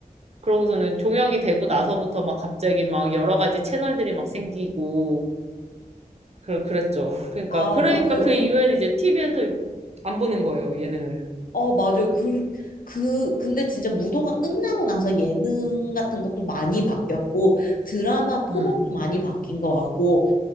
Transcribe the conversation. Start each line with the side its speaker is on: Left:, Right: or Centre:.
Right: 그러고서는 종영이 되고 나서부터 막 갑자기 막 여러 가지 채널들이 막 생기고 그 그랬죠. 그러니까
Left: 아,
Right: 그러니까
Left: 맞아요.
Right: 그 이후에는 이제 TV에서 안 보는 거예요, 예능을.
Left: 어, 맞아요. 그, 그, 근데 진짜 무도가 끝나고 나서 예능 같은 것도 많이 바뀌었고, 드라마 포맷도
Right: 음,
Left: 많이 바뀐 것 같고,